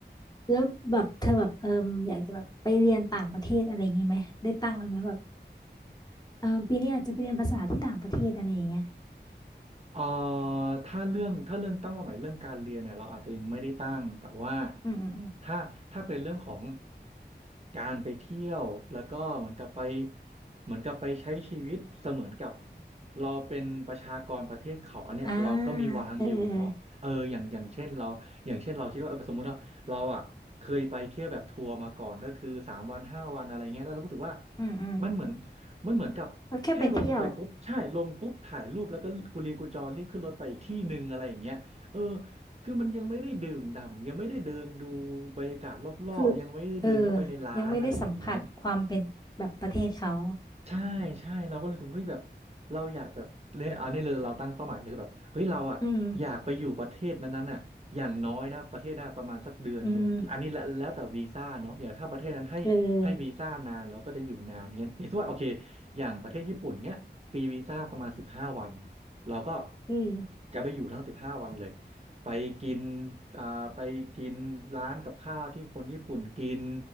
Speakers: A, on the left; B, on the right.
A: แล้วแบบเธอแบบเอออยากจะแบบไปเรียนต่างประเทศอะไรอย่างงี้ไหมได้ตั้งไว้ไหมแบบเออปีนี้อาจจะไปเรียนภาษาที่ต่างประเทศอะไรอย่างเงี้ย
B: เอ่อถ้าเรื่องถ้าเรื่องตั้งเป้าหมายเรื่องการเรียนเนี่ยเราอาจจะยังไม่ได้ตั้งแต่ว่า
A: อืมอืมอืม
B: ถ้าถ้าเป็นเรื่องของการไปเที่ยวแล้วก็เหมือนกับไปเหมือนกับไปใช้ชีวิตเสมือนกับเราเป็นประชากรประเทศเขาอันเนี้ยเราก็มีวางอยู่เนาะเอออย่างอย่างเช่นเราอย่างเช่นเราคิดว่าเออสมมุติว่าเราอ่ะเคยไปเที่ยวแบบทัวร์มาก่อนก็คือสามวันห้าวันอะไรเงี้ยแล้วเราก็รู้สึกว่า
A: อ่าเออเออเอออืมอืม
B: มันเหมือน มันเหมือนกับแค่ลงไปปุ๊บใช่ลงปุ๊บถ่ายรูปแล้วก็กุลีกุจอรีบขึ้นรถไปอีกที่หนึ่งอะไรอย่างเงี้ยเออ
A: ก็แค่ไปเที่ยว
B: คือมันยังไม่ได้ดื่มด่ำยังไม่ได้เดินดูบรรยากาศรอบๆยังไม่ได้เดินเข้าไปในร้านอะไรอย่างเงี้ย
A: คือเออยังไม่ได้สัมผัสความเป็นแบบประเทศเขา
B: ใช่ใช่เราก็รู้สึกเฮ้ยแบบเราอยากแบบเนี่ยเอาเนี่เลยเราตั้งเป้าหมายเลยคือแบบเฮ้ยเราอ่ะอยากไปอยู่ประเทศนั้นๆน่ะอย่างน้อยนะประเทศน่ะประมาณสักเดือนหนึ่งอันนี้แล้วแล้วแต่วีซ่าเนาะอย่างถ้าประเทศนั้นให้ให้วีซ่านานเราก็จะอยู่นานเงี้ยอย่างเช่ว่าโอเค
A: อืมอืมเออ
B: อย่างประเทศญี่ปุ่นเงี้ยฟรีวีซ่าประมาณสิบห้าวันเราก็
A: อืม
B: จะไปอยู่ทั้งสิบห้าวันเลยไปกินอ่าไปกินร้านกับข้าวที่คนญี่ปุ่นกิน